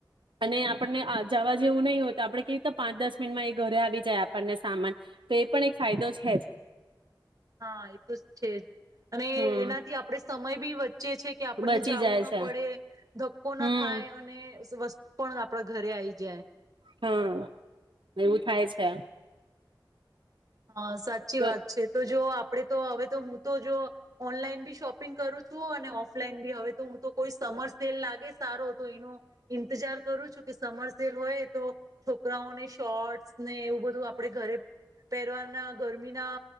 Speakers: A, on the right; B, on the right.
A: અને આપણને જવા જેવું નહીં હોય તો આપણે કી પાંચ દસ મિનિટમાં એ ઘરે આવી જાય આપણને સામાન તો એ પણ એક ફાયદો છે જ.
B: હા એ તો છે જ અને
A: હમ
B: એનાથી આપણે. સમય બી વચ્ચે. ચે છે કે આપણને
A: બચી
B: જવું
A: જાય
B: ના
A: છે
B: પડે ધક્કો ના
A: હમ
B: થાય અને વસ્તુ પણ આપણા ઘરે આવી જાય.
A: હા એવું થાય છે.
B: હા સાચી
A: તો
B: વાત છે તો જો. આપડે તો હવે તો હું તો જો ઓનલાઈન બી શોપ. પિંગ કરું છું અને ઓફલાઈન બી હવે. તો હું તો કોઈ સમર સેલ લાગે સારો તો એનો ઈંતજાર કરું છું કે સમર સેલ હોય તો છોકરાઓને શોર્ટ્સ ને એવું બધું આપડ ઘરે. પહેરવાના ગરમીના